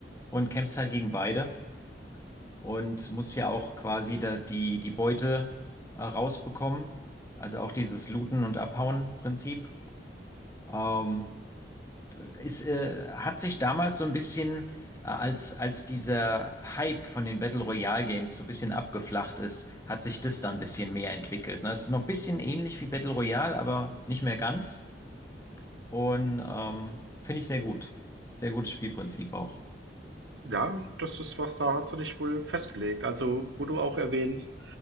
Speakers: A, on the left (about 15°); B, on the right (about 90°).
A: und kämpfst halt gegen beide und muss ja auch quasi da die, die Beute äh, rausbekommen. Also auch dieses Looten- und Abhauen-Prinzip. Ähm, ist, äh, hat sich damals so ein bisschen, äh, als, als dieser Hype von den Battle Royale Games so ein bisschen abgeflacht ist, hat sich das dann ein bisschen mehr entwickelt. Ne? Das ist noch ein bisschen ähnlich wie Battle Royale, aber nicht mehr ganz. Und ähm, finde ich sehr gut. Sehr gutes Spielprinzip auch.
B: Ja, das ist was, da hast du dich wohl festgelegt. Also, wo du auch erwähnst,